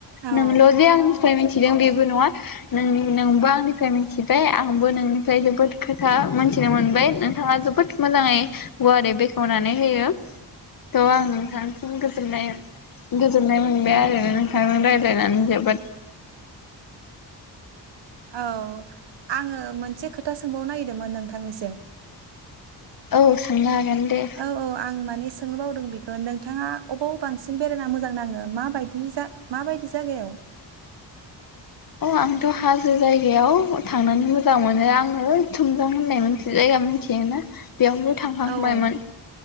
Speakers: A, on the right (about 75°); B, on the left (about 50°).
A: औ
B: नोंल जे आंनिफाय <unintelligible> थिदों बेबो नङा नों-नोंबो आंनिफ्राय मिन्थिबाय आंबो नोंनिफ्राय जोबोद खोथा मोनथिनो मोनबाय नोंथाङा जोबोद मोजाङै गुवारै बेखेवनानै होयो थ आं नोंथांसिम गोजोननाय गोजोननाय मोनबाय आरो नोंथांजों रायलायनानै जोबोद।
A: औ आङो मोनसे खोथा सोंबावनो निरदोंमोन नोंथां थांनिसिम <unintelligible>
B: औ सोंनो हागोन दे।
A: औ औ आं माने सोंनो बावदों बेखौ नोंथाङा अबाव बांसिन बेरायना मोजां नाङो माबायदि जा माबायदि जायगायाव?
B: अ आंथ' हाजो जायगायाव थांनानै मोजां मोनो आङो थुमजां होननाय मोनसे जायगा मिथियोना बेयावनो थांहांबायमोन
A: औ औ